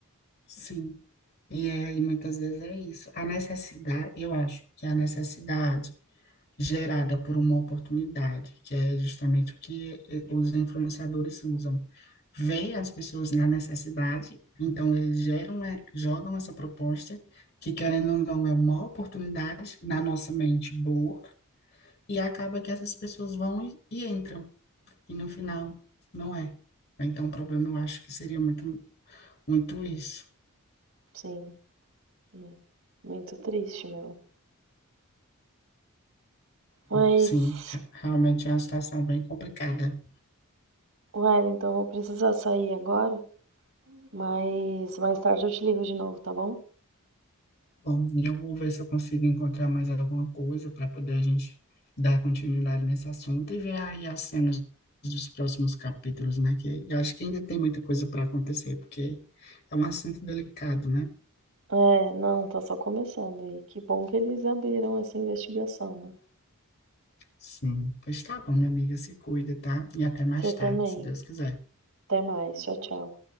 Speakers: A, on the left; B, on the right.
A: sim. E, é, e muitas vezes é isso. A necessidade, eu acho que a necessidade gerada por uma oportunidade, que é justamente o que eh, os influenciadores usam. Veem as pessoas na necessidade, então eles geram, eh, jogam essa proposta, que querendo ou não é uma oportunidade na nossa mente boa, E acaba que essas pessoas vão e, e entram, e no final não é. Então, o problema eu acho que seria muito, muito isso.
B: Sim, é muito triste, meu. Mas,
A: Sim, re- realmente é uma situação bem complicada.
B: Wellington, eu vou precisar sair agora. Mas mais tarde eu te ligo de novo, tá bom?
A: Bom, e eu vou ver se eu consigo encontrar mais alguma coisa para poder a gente dar continuidade nesse assunto e ver aí as cenas dos próximos capítulos, né? Que eu acho que ainda tem muita coisa para acontecer, porque é um assunto delicado, né?
B: É, não, tá só começando. E que bom que eles abriram essa investigação, né?
A: Sim, pois tá bom, minha amiga, se cuida, tá? E até mais
B: Você
A: tarde,
B: também.
A: se Deus quiser.
B: Até mais. Tchau, tchau.